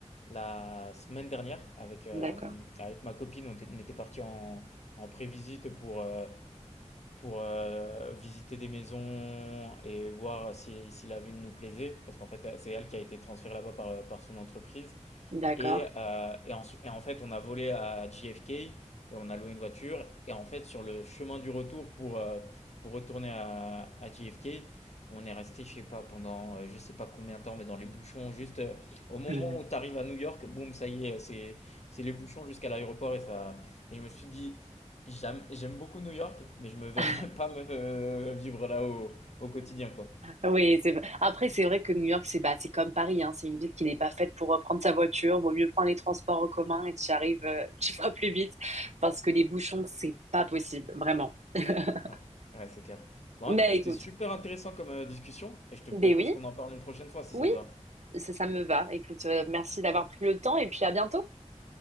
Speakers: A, on the left; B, on the right.
A: la semaine dernière avec, euh,
B: D'accord.
A: avec ma copine. On était, on était parti en, en prévisite pour, euh, pour euh, visiter des maisons et voir si, si la ville nous plaisait, parce qu'en fait, c'est elle qui a été transférée là-bas par, par son entreprise.
B: D'accord.
A: Et, euh, et, ensu- et en fait, on a volé à JFK et on a loué une voiture. Et en fait, sur le chemin du retour pour, euh, pour retourner à, à JFK, on est resté, je sais pas, pendant euh, je sais pas combien de temps, mais dans les bouchons. Juste euh, au moment
B: Mhm.
A: où tu arrives à New York, boum, ça y est, euh, c'est, c'est les bouchons jusqu'à l'aéroport. Et ça, et je me suis dit, j'aime, j'aime beaucoup New York, mais je me verrais
B: <laughs>
A: <laughs> pas me, euh, vivre là au, au quotidien, quoi.
B: Oui, c'est... après, c'est vrai que New York, c'est bah, c'est comme Paris, hein. C'est une ville qui n'est pas faite pour euh, prendre sa voiture. Vaut mieux prendre les transports en commun et tu arrives, euh, <laughs> tu vas plus vite parce que les bouchons, c'est pas possible, vraiment. <laughs>
A: Ouais, ouais, c'est clair. Bon,
B: Mais
A: en tout cas, c'était
B: écoute,
A: super intéressant comme euh, discussion et je te
B: ben
A: propose
B: oui,
A: qu'on en parle une prochaine fois si
B: oui,
A: ça te va.
B: ça, ça me va. Écoute, euh, merci d'avoir pris le temps et puis à bientôt.